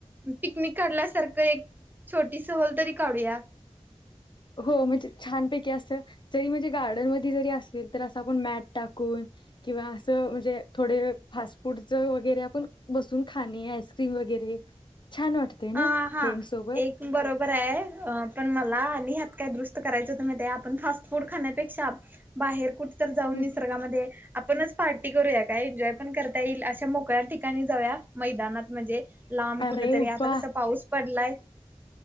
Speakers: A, on the right (about 15°); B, on the left (about 45°).
A: पिकनिक काढल्यासारखं एक छोटी सहल तर काढूया.
B: हो म्हणजे छानपैकी असं जरी म्हणजे गार्डन मध्ये जरी असेल तरी असं आपण मॅ टाकून किंवा असं म्हणजे थोडे फास्ट फूडच वगैरे आपण बसून खाणे आईस्क्रीम वगैरे छान वाटते ना
A: अ हा
B: फ्रेंड सोबत
A: एक बरोबरय अ पण मला आणि ह्यात काय दुरुस्त करायचं मधेय आपण फास्ट फूड खाण्यापेक्षा बाहेर कुठ तर जाऊन
B: हम्म.
A: निसर्गामध्ये आपणच पार्टी करूया काय? एन्जॉय पण करता येईल, अशा मोकळ्या ठिकाणी जाऊया मैदानात म्हणजे लांब
B: अरे
A: कुठ तरी आता
B: वा
A: कसा पाऊस पडलाय